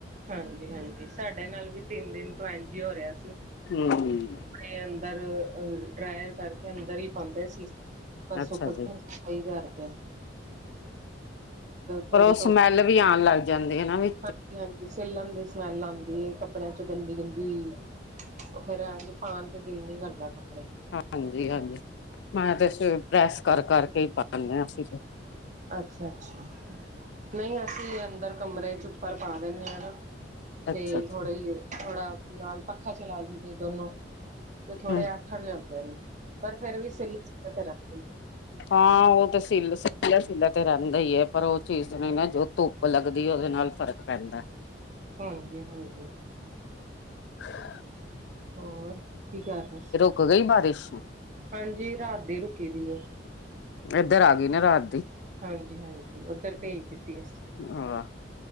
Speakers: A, on the right (about 40°); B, on the left (about 65°).
A: ਹਾਂਜੀ- ਹਾਂਜੀ, ਸਾਡੇ ਨਾਲ ਵੀ ਤਿੰਨ ਦਿਨ ਤੋਂ ਐਨਜੀ ਹੀ ਹੋ ਰਿਹਾ ਸੀ।
B: ਹਮ - ਹਮ
A: ਕਈ ਅੰਦਰ ਅ ਡਰਾਇਲ ਕਰਕੇ ਅੰਦਰ ਹੀ ਪਾਂਦੇ ਸੀ, ਪਰ
B: ਅੱਛਾ
A: ਸੁੱਕਦੇ
B: ਜੀ।
A: ਨੀ। ਸਹੀ ਗੱਲ ਜੇ। ਥੋੜੀ
B: ਪਰ ਉਹ
A: ਧੁੱਪ
B: ਸਮੈਲ ਵੀ ਆਉਣ ਲੱਗ ਜਾਂਦੀ ਏ ਨਾ ਵੀ।
A: ਹਾਂਜੀ - ਹਾਂਜੀ ਸਿਲੱਨ ਦੀ ਸਮੈਲ ਆਂਦੀ ਏ ਕੱਪੜਿਆਂ ਚੋਂ ਗੰਦੀ - ਗੰਦੀ। ਉਹ ਫੇਰ ਐਜ ਪਾਂਨ ਤੇ ਦਿਲ ਨੀ ਕਰਦਾ ਕੱਪੜੇ।
B: ਹਾਂਜੀ - ਹਾਂਜੀ ਮੈਂ ਤੇ ਸਵੇਰੇ ਪ੍ਰੈਸ ਕਰ ਕਰਕੇ ਹੀ ਪਾਨੇ ਅ ਅਸੀਂ।
A: ਅੱਛਾ - ਅੱਛਾ ਨਹੀਂ ਅਸੀਂ ਅੰਦਰ ਕਮਰੇ ਚ ਉੱਪਰ ਪਾ ਦਿੰਦੇ ਅ ਨਾ।
B: ਅੱਛਾ
A: ਤੇ
B: ਅੱਛਾ।
A: ਥੋੜਾ ਨਾਲ, ਪੱਖਾ ਚਲਾ ਦੀਦੇ ਦੋਨੋ। ਤੇ ਥੋੜੇ
B: ਹੂੰ
A: ਅੱਠਰ ਦੇ ਹੁੰਦੇ ਨੇ, ਪਰ ਫਿਰ ਵੀ ਸੀਲੇ - ਸੀਲੇ ਤੇ ਲੱਗਦੇ ਨੇ।
B: ਹਾਂ ਉਹ ਤੇ ਸੀਲਾ - ਸੀਲਾ ਤੇ ਰਹਿੰਦਾ ਹੀ ਹੈ, ਪਰ ਉਹ ਚੀਜ਼ ਨਹੀਂ ਨਾ ਜੋ ਧੁੱਪ। ਧੁੱਪ ਲੱਗਦੀ, ਉਦੇ ਨਾਲ ਫਰਕ ਪੈਂਦਾ।
A: ਹਾਂਜੀ - ਹਾਂਜੀ।
B: <inaudible>
A: ਹੋਰ ਕੀ ਕਰ ਰਹੇ ਸੀ।
B: ਰੁਕ ਗਈ ਬਾਰਿਸ਼।
A: ਹਾਂਜੀ ਰਾਤ ਦੀ ਰੁਕੀ ਦੀ ਏ।
B: ਇੱਧਰ ਆ ਗਈ ਨਾ ਰਾਤ ਦੀ
A: ਹਾਂਜੀ - ਹਾਂਜੀ ਉਦਰ ਪੇਜ ਦਿੱਤੀ ਅਸੀਂ।
B: ਆ